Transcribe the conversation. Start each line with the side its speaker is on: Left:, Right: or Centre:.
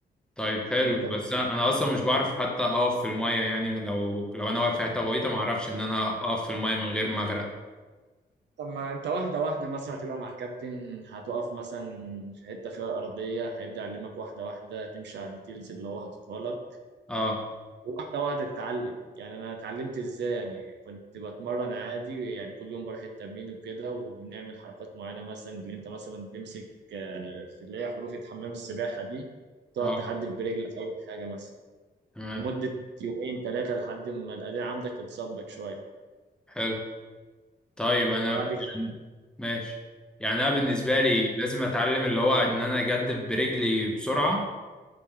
Centre: طيب حلو
Right: انت
Centre: بس
Right: مثلا
Centre: انا أنا اصلا مش بعرف حتى اقف في المية يعني لو لو انا واقف في حتة غويطة ما اعرفش ان انا اقف في المية من غير ما اغرق
Right: طب ما انت واحده واحده مثلا هتبقى مع الكابتن هتقف مثلا في حته فيها ارضيه هيبدا يعلمك واحده واحده تمشي على الديتيلز اللي هو حاططها لك
Centre: اه
Right: واحدة واحدة اتعلم يعني أنا اتعلمت إزاي يعني كنت بتمرن عادي يعني كل يوم بروح التمرين وكده ونعمل حركات معينة مثلا اللي أنت مثلا تمسك آه، في اللي هي حروف حمام السباحة دي تقعد
Centre: اه
Right: تحدف برجلك أول حاجة مثلا
Centre: تمام
Right: لمدة يومين ثلاثة لحد ما الأداء عندك يتظبط شوية
Centre: حلو طيب انا
Right: بعد كده
Centre: يعني ماشي يعني انا بالنسبه لي لازم اتعلم اللي هو ان انا اجدف برجلي بسرعه